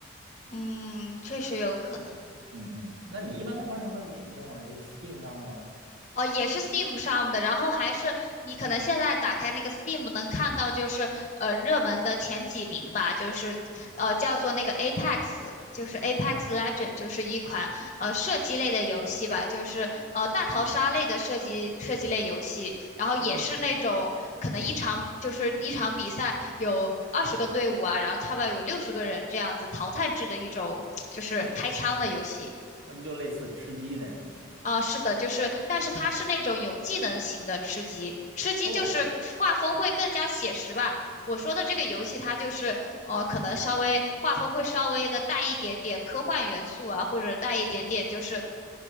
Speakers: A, on the left; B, on the right.
A: 嗯，确实有可能。
B: 嗯嗯，那你一般都玩什么联联网游戏？Steam 上的吗？
A: 哦，也是 Steam 上的，然后还是你可能现在打开那个 Steam 能看到，就是呃热门的前几名吧，就是呃叫做那个 Apex，就是 Apex Legend，就是一款呃射击类的游戏吧，就是呃大逃杀类的射击射击类游戏，然后也是那种可能一场就是一场比赛有二十个队伍啊，
B: 嗯，
A: 然后差不多有六十个人这样子淘汰制的一种就是开枪的游戏。
B: 那不就类似吃鸡那种吗？是吧？
A: 啊、是的，就是，但是它是那种有技能型的吃鸡，吃鸡就是画风会更加写实吧。
B: 哦，
A: 我说的这个游戏，它就是呃，可能稍微画风会稍微的带一点点科幻元素啊，或者带一点点就是